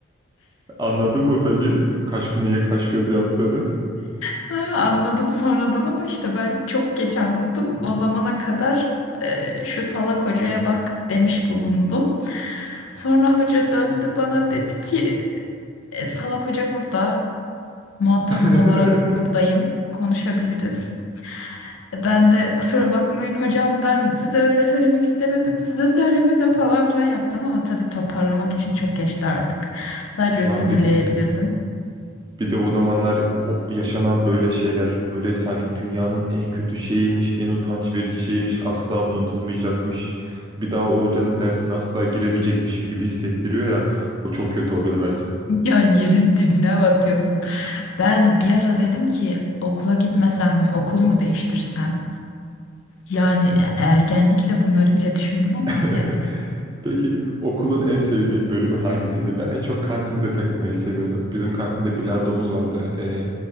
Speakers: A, on the right; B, on the left.
A: <laughs> Anladın mı peki? Kaş, niye kaş göz yaptığını?
B: Ha, anladım sonradan ama işte ben çok geç anladım. O zamana kadar e, şu salak hocaya bak demiş bulundum. Sonra hoca döndü bana dedi ki "E, salak hoca burada muhatabın
A: <laughs>
B: olarak buradayım konuşabiliriz. E, Ben de kusura bakmayın hocam ben size öyle söylemek istemedim size söylemedim falan filan yaptım ama tabii toparlamak için çok geçti artık. Sadece
A: Ya
B: özür dileyebilirdim.
A: bir de- hı hı. Bir de o zamanlar o yaşanan böyle şeyler böyle sanki dünyanın en kötü şeyiymiş, en utanç verici şeymiş, asla unutulmayacakmış. Bir daha o hocanın dersine asla giremeyecekmişim gibi hissettiriyor ya. O çok kötü oluyor bence.
B: Ya yerin dibine batıyorsun. Ben bir ara dedim ki okula gitmesem mi, okul mu değiştirsem? Yani e, ergenlikle bunları bile düşündüm ama
A: <laughs>
B: ya.
A: Peki okulun en sevdiğin bölümü hangisiydi? Ben en çok kantinde takılmayı seviyordum. Bizim kantinde bilardomuz vardı. Ee,